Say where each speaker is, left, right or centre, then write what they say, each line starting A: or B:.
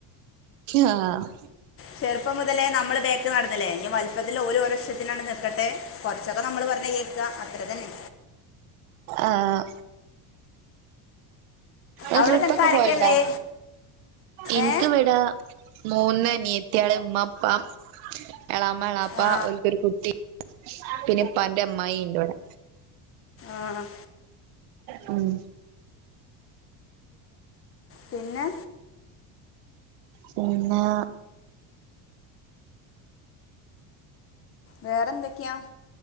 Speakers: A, on the right; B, on the left.
A: ആഹ്
B: ചെർപ്പം മുതലേ നമ്മള് ബേക്ക് നട്ന്നി ലെ ഇഞ് വൽപത്തില് ഓരു- ഇഷ്ട്ടത്തിനാണ്ട് നിക്കട്ടെ കൊർച്ചൊക്കെ നമ്മള് പർഞ്ഞ കേക്കാ അത്രതന്നെ
A: ആഹ് ഇങ്ങള്
B: അവിടെ
A: ട്രിപ്പൊക്കെ
B: നിനക്ക് ആരൊക്കെ
A: പോവൽണ്ടാ
B: ഉള്ളേ
A: ഇൻക്ക്
B: ഏ
A: വ്ടാ മൂന്ന് അനിയത്തിയള് ഇമ്മാ ഇപ്പാ എളാമ എളാ പ്പ
B: ആ
A: ഓൽക്കൊരു കുട്ടി പിന്നെപ്പാന്റെ അമ്മായി ഇണ്ട്വ്ടെ
B: ആഹ്
A: ഉം
B: പിന്നെ
A: പിന്നാ
B: വേറെന്തൊക്ക്യ